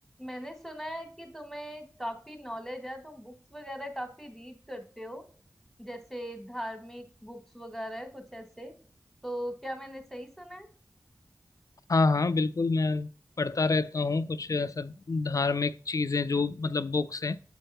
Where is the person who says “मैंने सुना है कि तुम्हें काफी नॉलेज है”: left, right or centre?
Centre